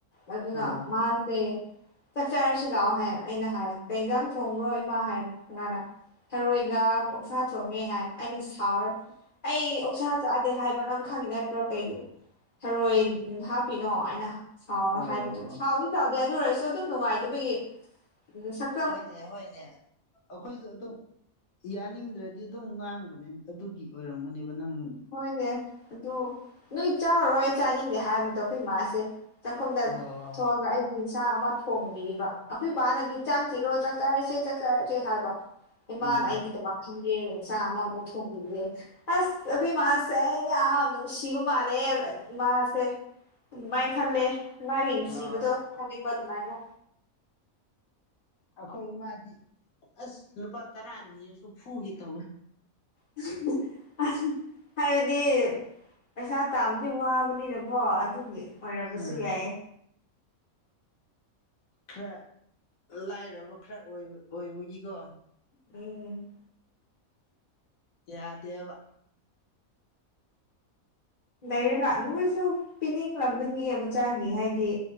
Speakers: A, on the left; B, on the left.
A: ꯑꯗꯨꯅ
B: ꯑꯣ
A: ꯃꯥꯁꯦ ꯆꯥꯛ ꯆꯔꯁꯤ ꯂꯥꯛꯑꯣ ꯍꯥꯏ ꯑꯩꯅ ꯍꯥꯏ ꯀꯩ ꯏꯟꯖꯥꯡ ꯊꯣꯡꯕ꯭ꯔꯣ ꯏꯃꯥ ꯍꯥꯏ ꯃꯥꯥꯅ ꯊꯔꯣꯏꯒ ꯑꯣꯛꯁꯥ ꯊꯣꯡꯉ‌ꯦ ꯍꯥꯏ ꯑꯩꯅ ꯁꯥꯎꯔꯦ ꯑꯩ ꯑꯣꯛꯁꯥ ꯆꯥ ꯗꯦ ꯍꯥꯏꯕ ꯅꯪ ꯈꯪꯉꯤ ꯅꯠꯇ꯭ꯔꯣ ꯀꯩꯒꯤ ꯊꯔꯣꯏ ꯍꯥꯞꯄꯤꯅꯣ ꯑꯩꯅ ꯁꯥꯎꯔ
B: ꯑꯣ
A: ꯍꯥꯏꯕꯗꯣ ꯁꯥꯎꯗꯤ ꯁꯥꯎꯗꯦ ꯑꯗꯨ ꯑꯣꯏꯔꯁꯨ ꯑꯗꯨꯝ ꯅꯨꯡꯉꯥꯏꯇꯕꯒꯤ ꯃꯁꯛ
B: ꯍꯣꯏꯅꯦ ꯍꯣꯏꯅꯦ ꯑꯩꯈꯣꯏꯖꯨ ꯑꯗꯨꯝ ꯌꯥꯅꯤꯡꯗ꯭ꯔꯗꯤ ꯑꯗꯨꯝ ꯉꯥꯡꯕꯅꯦ ꯑꯗꯨꯒꯤ ꯑꯣꯏꯔꯝꯒꯅꯦꯕ ꯅꯪ
A: ꯍꯣꯏꯅꯦ ꯑꯗꯨ ꯅꯣꯏ ꯆꯥꯔꯣ ꯑꯩ ꯆꯥꯅꯤꯡꯗꯦ ꯍꯥꯏꯕꯗꯣ ꯑꯩꯈꯣꯏ ꯏꯃꯥꯥꯁꯦ ꯆꯥꯛꯈꯨꯝꯗ
B: ꯑꯣ
A: ꯊꯣꯛꯑꯒ ꯑꯩꯒꯤ ꯆꯥꯥꯛ ꯑꯃ ꯊꯣꯡꯕꯤꯔꯤꯕ ꯑꯩꯈꯣꯏ ꯄꯥꯅꯗꯤ ꯆꯥꯛ ꯊꯤꯔꯣ ꯆꯥꯛ ꯆꯥꯔꯁꯦ ꯆꯥꯛ ꯆꯥꯔꯁꯦ ꯍꯥꯏꯕ ꯏꯃꯥꯅ
B: ꯎꯝ
A: ꯑꯩꯒꯤꯗꯃꯛ ꯈꯪꯕꯤꯔꯒ ꯏꯟꯁꯥꯡ ꯑꯃꯃꯨꯛ ꯊꯣꯡꯕꯤꯌ‌ꯦ ꯑꯁ ꯑꯕ‌ꯦꯝꯃꯥ ꯑꯁ ꯑꯩ ꯌꯥꯝ ꯅꯨꯡꯁꯤꯕ ꯃꯥꯜꯂ‌ꯦ ꯏꯃꯥꯁꯦ ꯗꯨꯃꯥꯏ ꯈꯜꯂ‌ꯦ ꯏꯃꯥꯒꯤ ꯅꯨꯡꯁꯤꯕꯗꯣ
B: ꯑꯣ
A: ꯈꯪꯕꯤꯕ ꯗꯨꯃꯥꯏꯅ
B: ꯑꯩꯈꯣꯏ ꯏꯃꯥꯗꯤ ꯑꯁ ꯂꯨꯄꯥ ꯇꯔꯥ ꯅꯤꯔꯁꯨ ꯐꯨꯒ‌ꯦ ꯇꯧꯋꯦ
A: <unintelligible> ꯍꯥꯏꯕꯗꯤ ꯄꯩꯁꯥ ꯇꯥꯟꯕꯗꯤ ꯋꯥꯕꯅꯤꯅꯀꯣ ꯑꯗꯨꯒꯤ ꯑꯣꯏꯔꯝꯕꯁꯨ
B: ꯎꯝ
A: ꯌꯥꯏꯌ‌ꯦ
B: ꯈꯔ ꯂꯥꯏꯔꯕ ꯈꯔ ꯑꯣꯏꯕ ꯑꯣꯏꯕꯒꯤꯀꯣ
A: ꯎꯝ
B: ꯌꯥꯗꯦꯕ
A: ꯂꯩꯔꯒ ꯃꯣꯏꯁꯨ ꯄꯤꯅꯤꯡꯂꯝꯒꯅꯤꯌꯦ ꯃꯆꯥꯥꯒꯤ ꯍꯥꯏꯗꯤ